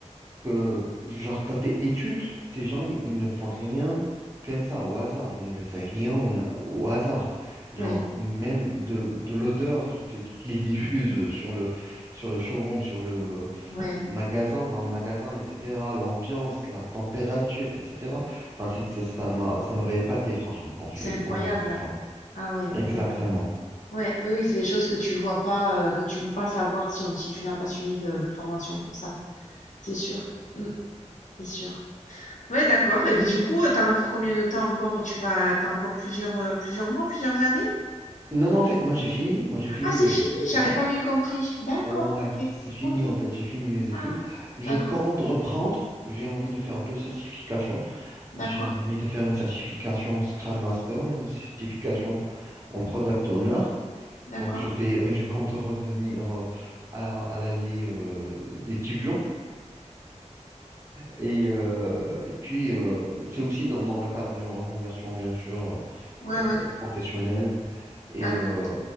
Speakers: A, on the right; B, on the left.
A: que, genre, côté études, ces gens, ils, ils ne font rien comme ça, au hasard. Ils ne laissent rien au, na- au hasard. Genre,
B: Ouais,
A: même de, de l'odeur qu'ils te- qui- qu'ils diffusent sur le, sur le showroom, sur le euh,
B: ouais.
A: magasin, dans le magasin, etc. L'ambiance, la température, etc. Ah, c'est- ça, ça m'a- ça m'avait épaté, franchement, quand j'ai,
B: C'est incroyable.
A: quand j'ai vu ça.
B: Ah ouais,
A: Exactement.
B: ouais. ouais. Ouais, oui, oui, c'est des choses que tu vois pas, euh, que tu peux pas savoir si, on, si tu n'as pas suivi de, de formation pour ça. C'est sûr. Mm, c'est sûr. Ouais, d'accord. Et bien du coup, euh, t'en as pour combien de temps encore? Tu vas, t'as encore plusieurs, euh, plusieurs mois, plusieurs années?
A: Non, non, en fait, moi, j'ai fini. Moi, j'ai fini
B: Ah, c'est
A: les
B: fini.
A: études,
B: J'avais
A: là.
B: pas bien compris. D'accord.
A: Ouais,
B: Ok.
A: c'est fini
B: Ok.
A: en fait, j'ai fini les études.
B: Ah,
A: Je
B: d'accord.
A: compte reprendre. J'ai envie de faire deux certifications. J'ai
B: D'accord.
A: envie de faire une certification en Scrum Master, une certification en Product Owner.
B: D'accord.
A: Donc je vais, euh, je compte revenir euh, à, à la vie euh, d'étudiant. Et, euh, et puis euh, c'est aussi dans, dans le cadre d'une reconversion bien sûr
B: Ouais,
A: euh,
B: ouais.
A: professionnelle. Et
B: D'accord.
A: euh,